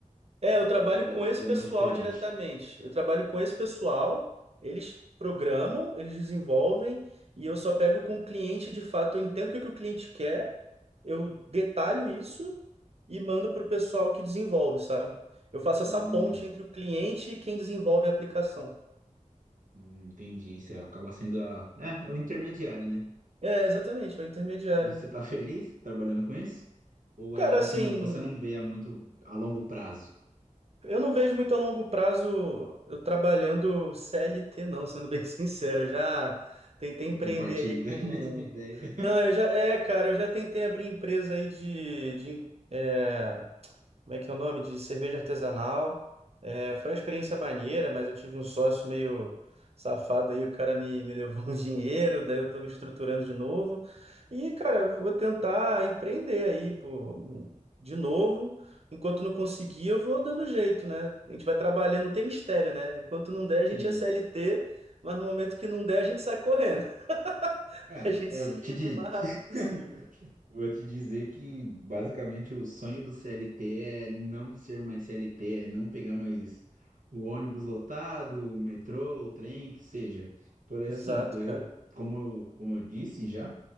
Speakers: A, on the right; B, on the right.
A: É,
B: ou
A: eu trabalho com
B: é,
A: esse pessoal
B: é mais diferente?
A: diretamente. Eu trabalho com esse pessoal, eles programam, eles desenvolvem, e eu só pego com o cliente de fato. Eu entendo o que o cliente quer, eu detalho isso e mando para o pessoal que desenvolve, sabe? Eu faço essa
B: Hum,
A: ponte entre o cliente e quem desenvolve a aplicação.
B: hum, entendi. Você acaba sendo a, é, é o intermediário, né?
A: É, exatamente, é o intermediário.
B: E você tá feliz trabalhando com isso? Ou
A: Cara,
B: é algo
A: assim,
B: que não- você não vê a muito a longo prazo?
A: Eu não vejo muito a longo prazo eu trabalhando CLT, não, sendo bem <laughs> sincero. Eu já tentei
B: Eu
A: empreender
B: compartilho
A: aí
B: da
A: com.
B: <laughs> mesma ideia.
A: Não, eu já. É, cara, eu já tentei abrir empresa aí de, de, é, como é que é o nome? De cerveja artesanal. É, foi uma experiência maneira, mas eu tive um sócio meio safado aí, o cara me, me levou <laughs> um dinheiro, daí eu tô me estruturando de novo. E, cara, vou tentar empreender aí, pô, de novo. Enquanto não conseguir, eu vou dando jeito, né? A gente vai trabalhando, não tem mistério, né? Enquanto não der, a gente
B: Sim.
A: é CLT, mas no momento que não der, a gente sai correndo. <laughs>
B: É,
A: A gente se
B: eu
A: livra
B: te di-
A: o mais rápido possível.
B: <laughs> vou te dizer que basicamente o sonho do CLT é não ser mais CLT, é não pegar mais o ônibus lotado, o metrô, o trem, que seja. Por
A: Exato,
B: <laughs> exemplo, eu,
A: cara.
B: como eu, como eu disse já,